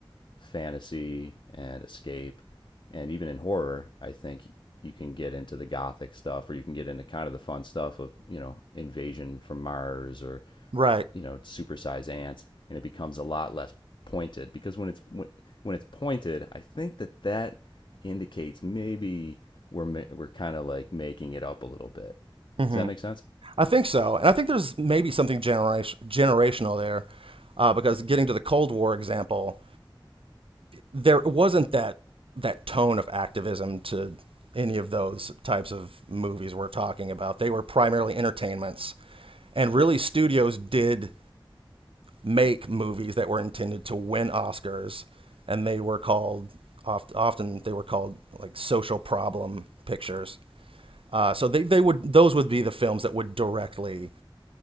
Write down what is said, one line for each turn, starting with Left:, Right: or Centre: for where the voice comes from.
Left: fantasy and escape. And even in horror, I think you can get into the gothic stuff or you can get into kind of the fun stuff of, you know, invasion from Mars or,
Right: Right.
Left: you know, supersize ants. And it becomes a lot less pointed because when it's when, when it's pointed, I think that that indicates maybe we're we're kind of like making it up a little bit.
Right: hmm
Left: Does that make sense?
Right: I think so, and I think there's maybe something generation generational there, uh, because getting to the Cold War example, there wasn't that that tone of activism to any of those types of movies we're talking about. They were primarily entertainments, and really studios did make movies that were intended to win Oscars, and they were called oft, often they were called like social problem pictures Uh, so they, they would those would be the films that would directly